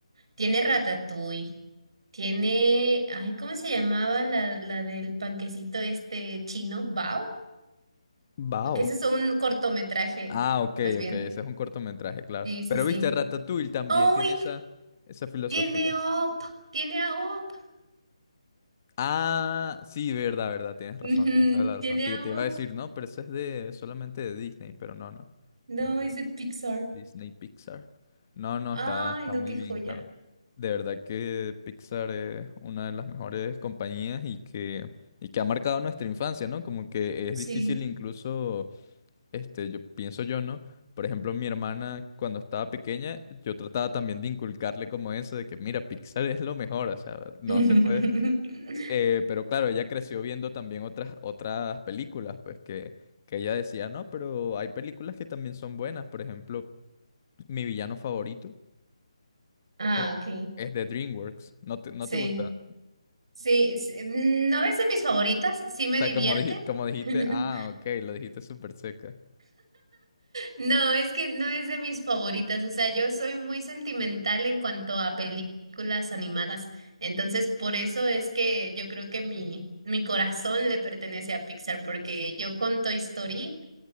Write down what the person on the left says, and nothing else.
Bao.
Ah, ok,
ok, ese es un cortometraje, claro.
Pero
viste, Ratatouille también
tiene esa, esa filosofía.
Ah, sí, verdad, verdad, tienes
razón, tienes toda la
razón. Te,
te
iba a decir, no, pero eso es de solamente de Disney, pero no, no.
Mentira.
Disney Pixar. No, no,
está, está
muy
bien,
claro. De verdad que Pixar es una de las mejores compañías y que, y que ha marcado nuestra infancia, ¿no? Como que es
difícil incluso, este, yo pienso yo, ¿no? Por ejemplo, mi hermana cuando estaba pequeña, yo trataba también de inculcarle como eso, de que mira, Pixar es lo mejor, o sea, no
te puedes eh, pero claro, ella creció viendo también otras, otras películas, pues que, que ella decía, no, pero hay películas que también son buenas. Por ejemplo, mi villano favorito
es,
es de DreamWorks. ¿No te, no
te gusta?
O sea,
como, dij- como dijiste,
ah, ok, lo dijiste súper seca.